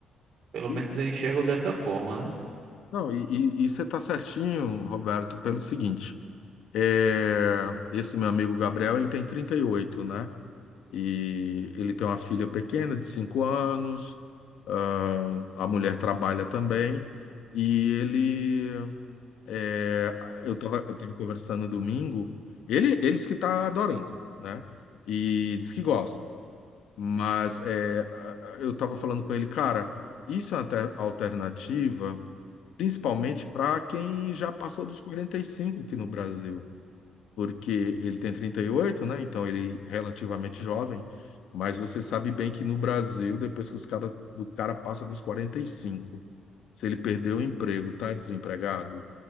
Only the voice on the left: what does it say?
E,
e-
não, e, e- e você está certinho, Roberto, pelo seguinte. É, esse meu amigo Gabriel, ele tem 38, né? e ele tem uma filha pequena de cinco anos, ah, a mulher trabalha também, e ele, é, eu estava eu tava conversando domingo, ele, ele disse que está adorando, né? E diz que gosta, mas é, a- a- eu estava falando com ele, cara, isso é uma alter- alternativa, principalmente para quem já passou dos 45 aqui no Brasil porque ele tem 38, né? Então ele é relativamente jovem, mas você sabe bem que no Brasil, depois que os cara, do cara passa dos 45, se ele perdeu o emprego, tá desempregado,